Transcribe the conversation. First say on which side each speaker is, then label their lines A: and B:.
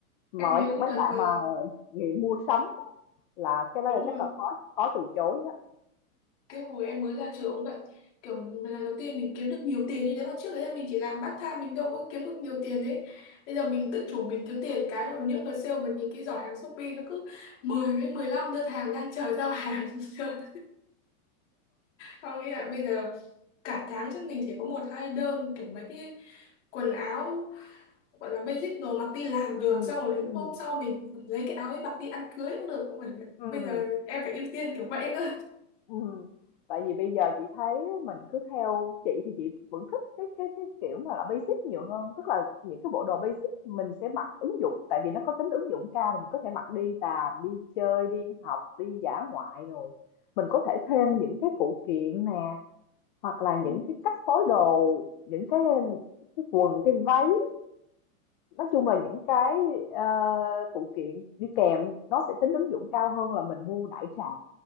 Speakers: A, on the left (about 35°); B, on the left (about 55°).
A: mà
B: em nhớ
A: mấy
B: cái
A: mấy
B: đợt
A: bạn
B: mà
A: mà nghiện mua sắm á, là cái đó
B: đúng
A: là
B: rồi
A: chắc là khó khó từ chối á.
B: cái hồi em mới ra trường cũng vậy kiểu mình- lần đầu tiên mình kiếm được nhiều tiền như thế mà trước đấy là mình chỉ làm part time mình đâu có kiếm được nhiều tiền đấy bây giờ mình tự chủ mình kiếm tiền cái rồi những đợt sale mình nhìn cái giỏ hàng Shopee nó cứ 10 với 15 đơn hàng đang chờ giao hàng <laughs> chưa. không nghĩ lại bây giờ cả tháng chắc mình chỉ có một hai đơn kiểu mấy cái quần áo gọi là basic đồ mặc đi làm
A: Ừm,
B: được xong rồi những
A: ừm,
B: hôm sau mình lấy cái áo ấy mặc đi ăn cưới cũng được Cũng phải-
A: ừm.
B: bây giờ em phải ưu tiên kiểu vậy cơ
A: Ừ. Tại vì bây giờ chị thấy mình cứ theo chị thì chị vẫn thích cái cái cái kiểu mà là basic nhiều hơn tức là những cái bộ đồ basic mình sẽ mặc ứng dụng tại vì nó có tính ứng dụng cao rồi mình có thể mặc đi làm đi chơi đi học đi dã ngoại rồi mình có thể thêm những cái phụ kiện nè hoặc là những
B: Ừ,
A: cái cách phối đồ những cái cái quần cái váy nói chung là những cái ờ, phụ kiện đi kèm nó sẽ tính ứng dụng cao hơn là mình mua đại trà